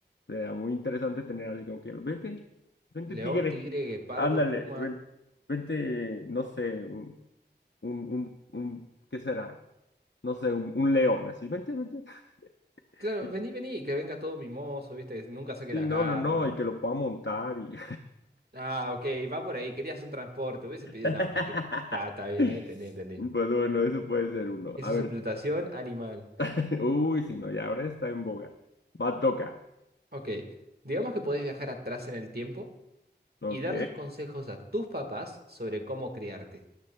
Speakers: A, on the left; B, on the right.
A: Sería muy interesante tener así como que, vente, vente
B: León,
A: tigre,
B: tigre, guepardo,
A: ándale,
B: puma.
A: ven- vente, no sé, un, un, un, un- ¿qué será? No sé, un, un león, así, vente, vente. <laughs>
B: Claro, vení, vení, que venga todo mimoso, viste, que nunca saque
A: Sí,
B: las
A: no,
B: garras.
A: no, no, y que lo pueda montar y...
B: Ah, ok, va por ahí, querías un transporte, hubieses
A: <laughs>
B: pedido un auto, Kirk. Está, está bien,
A: Pues
B: ahí entendí, entendí.
A: bueno, eso puede ser uno.
B: Eso
A: A ver,
B: es explotación animal.
A: <laughs> uy, si no, ya ahora está en boga. Va, toca.
B: Ok, digamos que podés viajar atrás en el tiempo.
A: Ok.
B: y darles consejos a tus papás sobre cómo criarte.